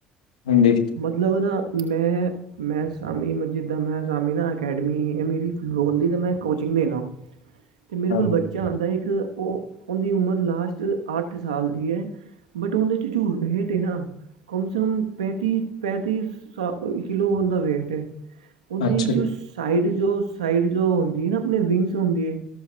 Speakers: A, on the left (about 85°); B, on the right (about 85°).
A: ਹਾਂਜੀ
B: ਮਤਲਬ ਐ ਨਾ ਮੈਂ ਮੈਂ ਸਾਮੀ ਮ ਜਿੱਦਾਂ ਮੈਂ ਸਾਮੀ ਨਾ ਅਕੈਡਮੀ ਐ ਮੇਰੀ ਬੋਲੀ ਤੇ ਮੈਂ ਕੋਚਿੰਗ ਦੇਨਾ। ਤੇ ਮੇਰੇ
A: ਹਾਂਜੀ
B: ਕੋਲ ਬੱਚਾ ਆਉਂਦਾ ਇੱਕ ਉਹ ਉਹਦੀ ਉਮਰ ਲਾਸਟ ਅੱਠ ਸਾਲ ਦੀ ਹੈ ਬਟ ਉਹਦੇ ਝੂਠਹੇਠ ਨਾ ਕਮ ਸੇ ਕਮ ਪੈਂਤੀਸ ਪੈਂਤੀਸ ਸ ਕਿਲੋ ਹ ਦਾ ਵੇਟ ਹੈ ਉਹਦੀ
A: ਅੱਛਾ
B: ਜੋ
A: ਜੀ
B: ਸਾਈਡ ਜੋ ਸਾਈਡ ਜੋ ਹੁੰਦੀ ਨਾ ਆਪਣੇ ਵਿੰਗਸ ਹੁੰਦੀ ਹੈ